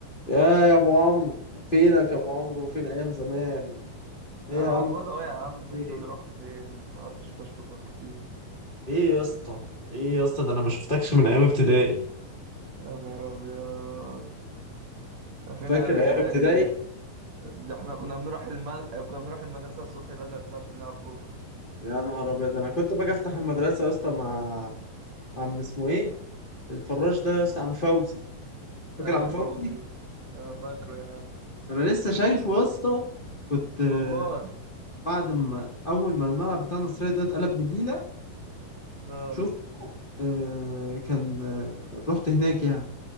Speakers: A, on the left; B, on the right.
A: يا يا ابو عمرو فينك يا ابو عمرو فين ايام زمان ايه
B: انا
A: يا عم
B: موجود اهو يا عم
A: ايه
B: انت اللي رحت فين ما قعدتش بشوفك كتير
A: ايه يا اسطى ايه يا اسطى ده انا ما شفتكش من ايام ابتدائي
B: يا نهار ابيض فين
A: فاكر
B: ايام ابتدائي
A: ايام ابتدائي
B: دي ده احنا كنا بنروح المل... كنا بنروح المدرسة الصبح بدري عشان نلعب كورة
A: يا نهار ابيض انا كنت باجي افتح المدرسه يا اسطى مع عم اسمه ايه الفراش ده يا اسطى عم فوزي فاكر
B: ايوه
A: عم فوزي
B: فوزي آه، فاكره يا عم
A: انا لسه شايفه يا اسطى كنت آه،
B: والله
A: بعد ما اول ما الملعب بتاع النصريه ده اتقلب نجيله
B: اه
A: شفت آه، كان آه، رحت هناك يعني